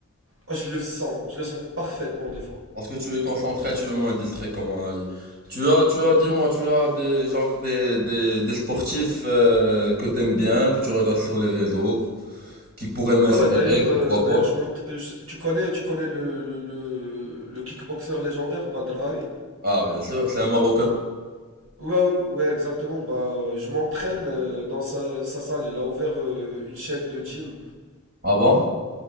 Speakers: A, on the right (about 85°); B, on the right (about 45°).
A: ah, je le sens, je le sens parfaitement des fois.
B: Parce que tu es concentré, tu es moins distrait, comme on a dit. Tu as, tu as, dis-moi, tu as des, genre, des, des, des sportifs euh, que t'aimes bien, que tu regardes sur les réseaux, qui pourraient m'inspirer,
A: Ah bah d'ailleurs, euh,
B: pourquoi
A: d'ailleurs
B: pas?
A: je monte, euh, je- tu connais, tu connais le, le, le, le kickboxer légendaire Badr Hari?
B: Ah, bien sûr, c'est un Marocain.
A: Ouais, ouais, exactement. Bah, euh, je m'entraîne euh, dans sa, sa salle. Il a ouvert euh, une chaîne de gym.
B: Ah bon?